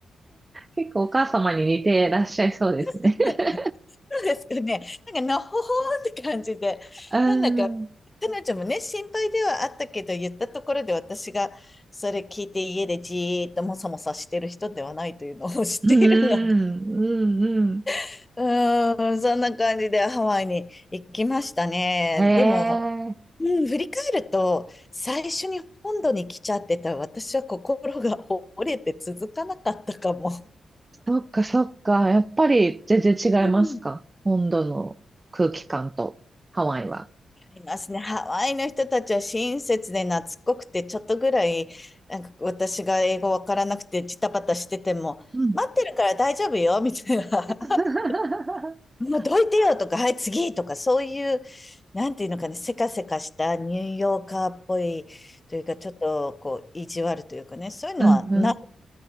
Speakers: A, on the right; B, on the left.
A: 結構お母様に似てらっしゃいそうですね。
B: <laughs>
A: <laughs>
B: そうですかね。なんか、のほほーって感じで、
A: うん、
B: なんだか、彼女もね、心配ではあったけど、言ったところで私がそれ聞いて家でじーっともさもさしてる人ではないというのを <laughs> 知っているので、
A: うん、うん、うん。
B: <laughs> うーん、そんな感じでハワイに行きましたね。
A: ええ
B: でも、うん、振り返ると、最初に本土に来ちゃってた私は心が折れて続かなかったかも。
A: そっかそっか。やっぱり全然違いますか本土の空気感とハワイは。
B: うん違いますね。ハワイの人たちは親切で懐っこくて、ちょっとぐらい、なんか私が英語わからなくてジタバタしてても、
A: うん。
B: 待ってるから大丈夫よ、みたいな。
A: <laughs>
B: <laughs> もうどいてよとか、はい、次とか、そういう、なんていうのかね、せかせかしたニューヨーカーっぽいというか、ちょっとこう、意地悪というかね、そういうのはない、
A: うん、うん